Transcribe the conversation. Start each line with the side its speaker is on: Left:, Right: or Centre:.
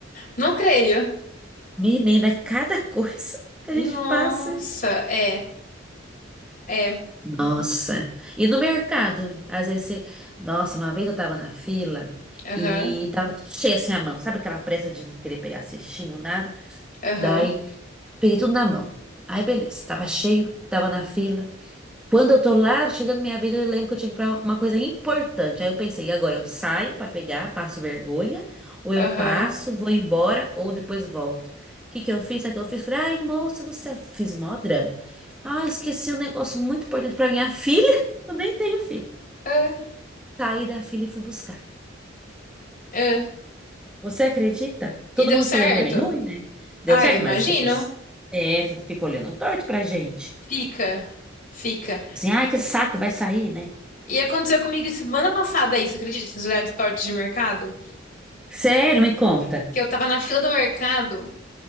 Left: Não creio.
Centre: Menina, cada coisa que
Left: Nossa,
Centre: a gente passa.
Left: é, é.
Centre: Nossa. E no mercado, às vezes você... Nossa, uma vez eu tava na fila
Left: Aham,
Centre: e tava cheia assim a mão. Sabe aquela pressa de não querer pegar cestinho, nada?
Left: aham.
Centre: Daí, peguei tudo na mão. Aí, beleza. Tava cheio, tava na fila. Quando eu tô lá, chegando minha vida, eu lembro que eu tinha que comprar uma coisa importante. Aí eu pensei, e agora eu saio pra pegar, passo vergonha, ou eu
Left: Aham.
Centre: passo, vou embora, ou depois volto. O que que eu fiz? Sabe o que eu fiz? Falei, ai, moça do céu, fiz mó drama. Ah, esqueci um negócio muito importante pra minha filha. <laughs> Eu nem tenho filho.
Left: É,
Centre: Saí da fila e fui buscar.
Left: é.
Centre: Você acredita? Todo
Left: E deu
Centre: mundo ficou
Left: certo.
Centre: olhando pra mim ruim, né? Deu
Left: Ah,
Centre: certo,
Left: eu imagino.
Centre: mas as pessoas é, fi- ficam olhando torto pra gente.
Left: Fica. Fica.
Centre: Assim, ai, que saco, vai sair, né?
Left: E aconteceu comigo semana passada isso, acredita? Esses olhares tortos de mercado.
Centre: Sério, me conta.
Left: Que eu tava na fila do mercado